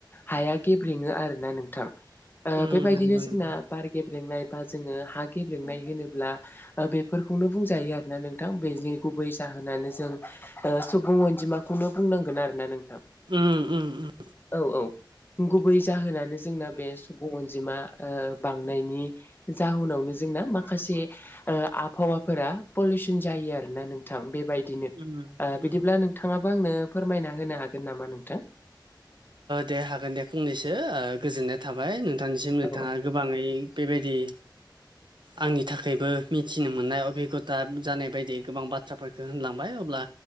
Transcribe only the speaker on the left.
हाया गेब्रेङो आरोना नोंथां ओ
बेबायदिनो
जोंना
बार गेब्रेंनाय बा जोङो हा गेब्रेंनाय होनोब्ला बेफोरखौनो बुंजायो आरोना नोंथां बेनि गुबै जाहोनानो जों ओ सुबुं अनजिमाखौनो बुंनांगोन आरोना नोंथां
औ औ गुबै जाहोनानो जोंना बे अनजिमा ओ बांनायनि जाहोनावनो जोंना माखासे ओ आबहावाफोरा पलिउसन जायो आरो ना नोंथां बेबायदिनो
ओ बिदिब्ला
नोंथाङाबो आंनो फोरमायना होनो हागोन नामा नोंथां?
औ